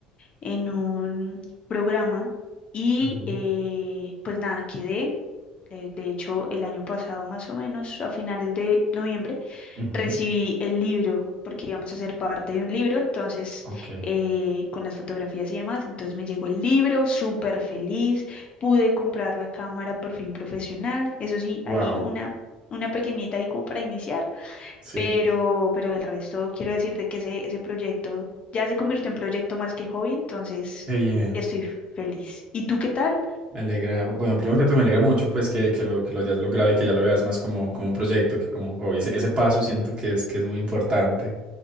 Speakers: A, on the left; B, on the right.
A: en un programa y
B: Ujú,
A: eh, pues nada, quedé. eh, de hecho, el año pasado, más o menos, a finales de noviembre.
B: ujú,
A: recibí el libro porque íbamos a ser parte de un libro, entonces
B: ok.
A: eh, con las fotografías y demás, entonces me llegó el libro, súper feliz, pude comprar la cámara por fin profesional, eso sí,
B: Wow,
A: hay una, una pequeñita ahí como para iniciar,
B: sí,
A: pero, pero el resto quiero decirte que ese, ese proyecto ya se convirtió en proyecto más que hobby, entonces
B: qué bien.
A: estoy feliz. ¿Y tú qué tal?
B: Me alegra, bueno, primero que todo me alegra mucho pues que, que lo, que lo hayas logrado y que ya lo veas más como, como un proyecto que como un hobby. Ese, ese paso siento que es, que es muy importante.